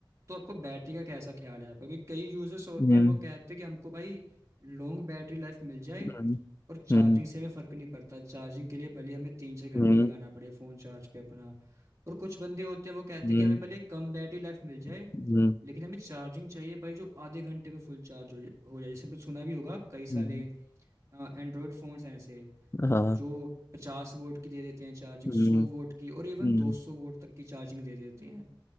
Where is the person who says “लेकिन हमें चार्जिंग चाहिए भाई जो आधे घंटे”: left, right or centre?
Right